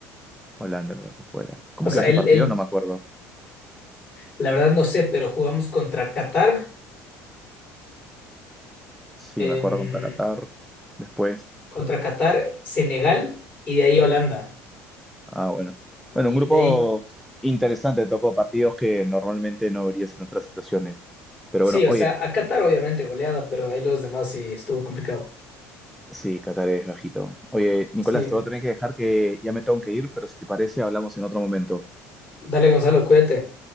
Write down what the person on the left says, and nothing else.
O sea,
él,
él,
la verdad no sé, pero jugamos contra Qatar,
em,
contra Qatar, Senegal y de ahí Holanda.
Y
de ahí
Sí,
o
sea, a Qatar obviamente goleada, pero de ahí los demás sí estuvo complicado.
Sí,
dale Gonzalo, cuídate.